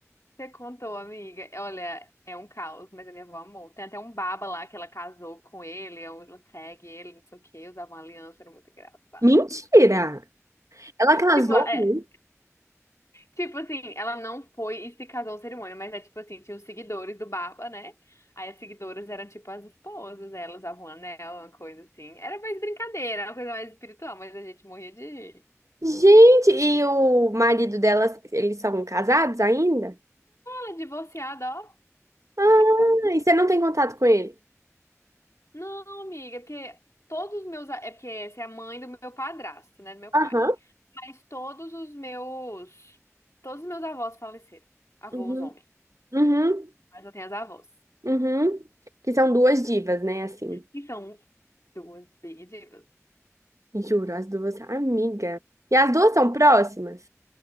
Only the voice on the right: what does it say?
Mentira! Ela casou?
com-
Gente, e o marido dela, eles são casados ainda?
Ah,
e você não tem contato com ele?
Aham.
Uhum,
uhum,
uhum. Que são duas divas, né? Assim,
juro, as duas, amiga. E as duas são próximas?